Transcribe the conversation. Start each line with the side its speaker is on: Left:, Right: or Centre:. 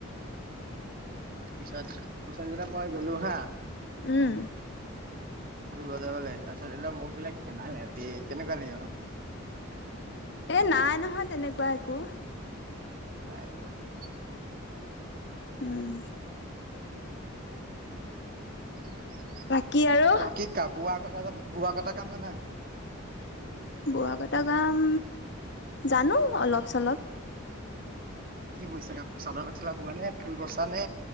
Right: পিছত, পিছত সেইপিনে গলোঁ হা।
Left: উম।
Right: ঢোল বজাবলে, তাপাছত মোক বোলে খেদালে বে কেনেকুৱা লাগিব।
Left: এ নাই নহয় তেনেকুৱা একো।
Right: <inaudible>
Left: উম।
Right: <unintelligible>
Left: বাকী আৰু
Right: বোৱা কটা কাম জানা।
Left: বোৱা কটা কাম, জানো অলপ চলপ।
Right: কি বৈছা? চাদৰ মেখেলা বোৱা নে? ফুল বাচা নে?